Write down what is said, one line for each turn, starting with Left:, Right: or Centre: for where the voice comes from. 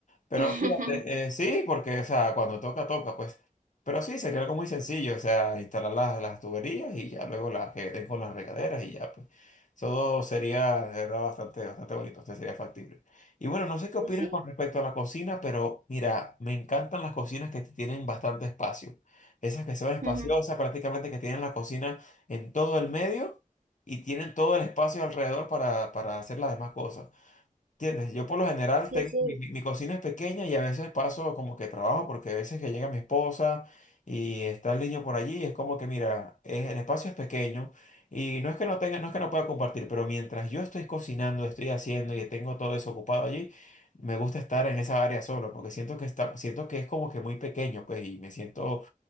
Left: Pero
Right: <laughs>
Left: fíjate, eh, sí, porque, o sea, cuando toca, toca, pues. Pero sí, sería algo muy sencillo, o sea, instalar las, las tuberías y ya luego las que den con las regaderas y ya, pues. Todo sería, de verdad, bastante, bastante bonito, entonces sería factible. Y bueno, no sé qué opinas
Right: Pues sí.
Left: con respecto a la cocina, pero mira, me encantan las cocinas que tienen bastante espacio. Esas que son espaciosas,
Right: Ujú.
Left: prácticamente que tienen la cocina en todo el medio y tienen todo el espacio alrededor para, para hacer las demás cosas. ¿Entiendes? Yo por lo general
Right: Sí,
Left: tengo,
Right: sí.
Left: mi, mi- mi cocina es pequeña y a veces paso como que trabajo porque a veces que llega mi esposa y está el niño por allí, es como que mira, es- el espacio es pequeño y no es que no tenga, no es que no pueda compartir, pero mientras yo estoy cocinando, estoy haciendo y tengo todo eso ocupado allí, me gusta estar en esa área solo porque siento que está, siento que es como que muy pequeño, pues y me siento,